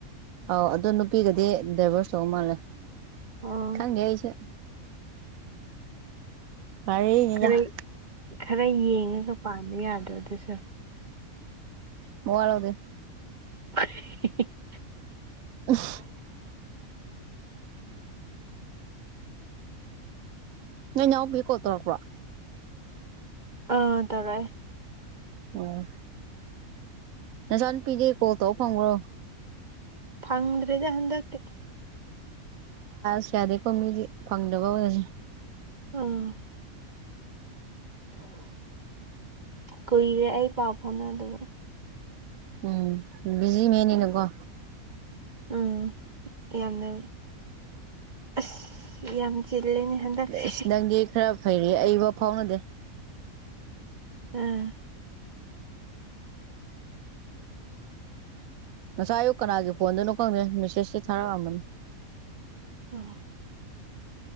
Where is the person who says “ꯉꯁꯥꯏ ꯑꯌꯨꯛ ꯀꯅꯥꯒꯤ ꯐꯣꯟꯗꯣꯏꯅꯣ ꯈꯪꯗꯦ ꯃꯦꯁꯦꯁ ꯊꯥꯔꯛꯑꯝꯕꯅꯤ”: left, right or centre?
Right